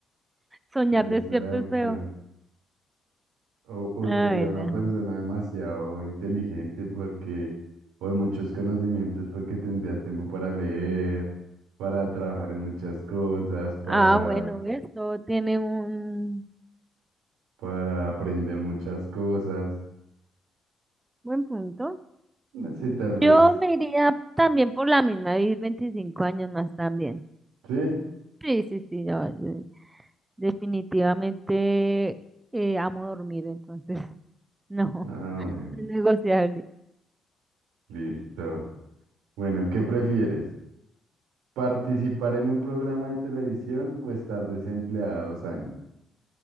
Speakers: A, on the right (about 20°); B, on the right (about 75°).
A: Soñar
B: Exacto.
A: despierto es feo.
B: O, o
A: ah
B: sería
A: bueno
B: una persona demasiado inteligente porque, o de muchos conocimientos porque tendrías tiempo para leer, para trabajar en muchas cosas, para,
A: Ah, bueno, esto tiene un
B: para aprender muchas cosas.
A: buen punto.
B: Así tal vez.
A: Yo me iría también por la misma, vivir 25 años más también.
B: ¿Sí?
A: Sí, sí, sí, yo, yo definitivamente eh, amo dormir, entonces <laughs> no,
B: Ah, bueno,
A: no es negociable.
B: listo. Bueno, ¿qué prefieres? Participar en un programa de televisión o estar desempleado dos años.